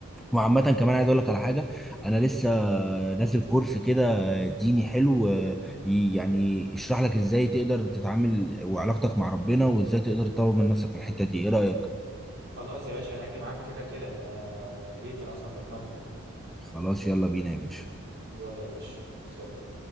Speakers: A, in the centre; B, on the right.
A: وعامة كمان عايز اقول لك على حاجة انا لسه نازل كورس كده ديني حلو آه، ي- يعني يشرح لك ازاي تقدر تتعامل وعلاقتك مع ربنا وازاي تقدر تطور من نفسك في الحتة دي ايه رأيك؟
B: خلاص يا باشا انا هاجي معاك كده كده آه، يا ريت انا اصلا بتمنى
A: خلاص يلا بينا يا باشا
B: يلا يا باشا سلام